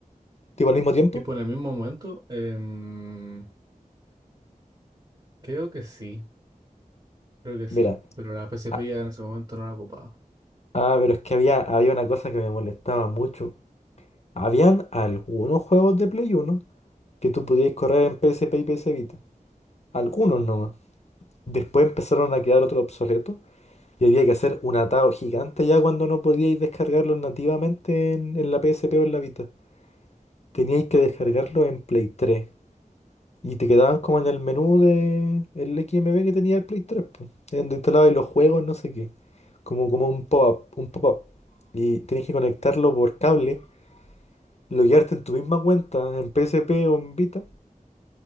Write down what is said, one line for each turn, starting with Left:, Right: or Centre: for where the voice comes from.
Left: ¿Tipo al mismo tiempo?
Right: Y por el mismo momento, em, creo que sí, creo que sí.
Left: Mira.
Right: Pero la PSP
Left: Ah,
Right: ya en ese momento no la ocupaba.
Left: ah, pero es que había, había una cosa que me molestaba mucho. Habían
Right: ¿Mm?
Left: algunos juegos de Play Uno que tú podías correr en PSP y PS Vita. Algunos nomás. Después empezaron a quedar otros obsoletos y había que hacer un atado gigante ya cuando no podíais descargarlos nativamente en, en la PSP o en la Vita. Teníais que descargarlo en Play 3. Y te quedaban como en el menú de el XMB que tenía el Play 3, pues. Donde instalabas los juegos, no sé qué. Como,
Right: Mm.
Left: como
Right: No,
Left: un pop-up, un pop-up. Y tienes que conectarlo por cable, loguearte en tu misma cuenta, en PSP o en Vita,